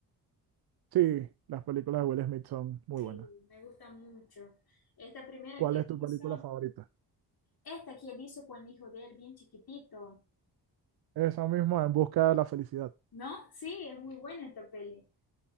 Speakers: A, on the right (about 65°); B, on the left (about 60°).
A: Sí, las películas de Will Smith son muy
B: Sí,
A: buenas.
B: me gusta mucho. Esta primera
A: ¿Cuál
B: que él
A: es tu película
B: hizo.
A: favorita?
B: Esta que él hizo con el hijo de él, bien chiquitito,
A: Esa misma, En busca de la felicidad.
B: ¿no? Sí, es muy buena esta peli,